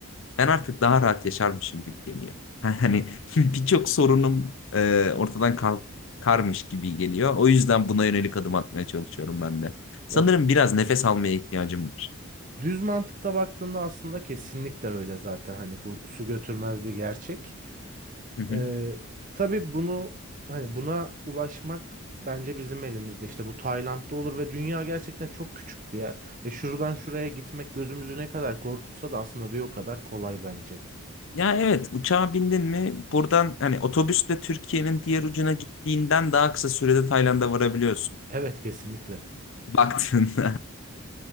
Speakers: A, on the left; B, on the right.
A: ben artık daha rahat yaşarmışım gibi geliyor. <laughs> Hani birçok sorunum e, ortadan kal- karmış gibi geliyor. O yüzden buna yönelik adım atmaya çalışıyorum ben de.
B: ya
A: Sanırım biraz nefes almaya ihtiyacım var.
B: düz mantıkla baktığında aslında kesinlikle öyle zaten. Hani bu su götürmez bir gerçek.
A: Hı hı.
B: Ee, tabii bunu hani buna ulaşmak bence bizim elimizde. İşte bu Tayland'da olur ve dünya gerçekten çok küçük bir yer ve şuradan şuraya gitmek gözümüzü ne kadar korkutsa da aslında bir o kadar kolay bence.
A: Ya evet uçağa bindin mi buradan hani otobüsle Türkiye'nin diğer ucuna gittiğinden daha kısa sürede Tayland'a varabiliyorsun.
B: Evet kesinlikle.
A: Baktığında.